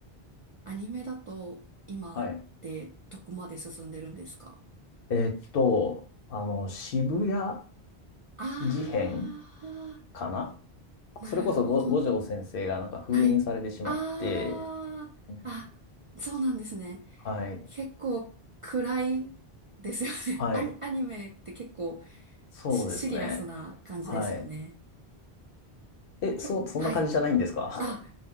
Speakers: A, on the right; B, on the left.
A: アニメだと、今ってどこまで進んでるんですか
B: はい。えっと、あの、渋谷
A: あ
B: 事変かな
A: ー、なるほど。
B: それこそご五条先生がなんか封印されてしまって、
A: はい。あー、
B: うん
A: あ、そうなんですね。
B: はい。
A: 結構暗いですよね。
B: はい。
A: アニ、アニメって結構
B: そうですね。
A: シシリアスな感じですよね。
B: はい。え、
A: け、
B: そ、そんな感じじゃないんですか
A: はい。あ、